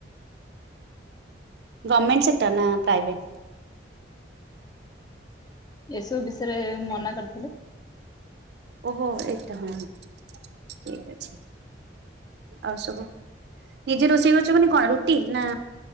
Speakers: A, on the right; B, on the left.
A: ଗମେଣ୍ଟ ସେକ୍ଟର ନା ପ୍ରାଇଭେଟ୍?
B: ଏସବୁ ବିଷୟରେ ମନା
A: ହେଲା
B: କରିଥିଲେ।
A: ଓହୋ ଏଟା ହଁ ଠିକ୍ ଅଛି। ଆଉ ସବୁ, ନିଜେ ରୋଷେଇ କରୁଛ ମାନେ କ'ଣ ରୁଟି ନା